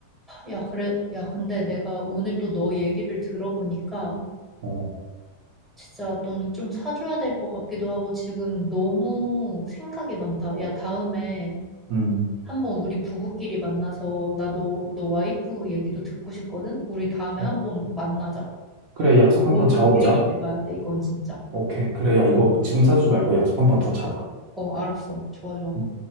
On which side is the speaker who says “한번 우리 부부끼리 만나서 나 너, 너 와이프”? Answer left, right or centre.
Centre